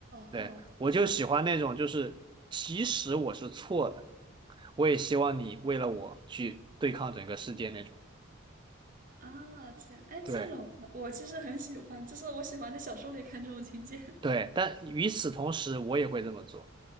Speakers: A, on the right; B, on the right.
A: 对，
B: 哦，
A: 我就喜欢那种就是即使我是错的，
B: 是谢样
A: 我也希望你为了我去对抗整个世界那种。
B: 啊，这样，哎，这种我其实很喜欢，
A: 对。
B: 就是我喜欢在小说里看这种情节
A: 对，但与此同时，我也会这么做。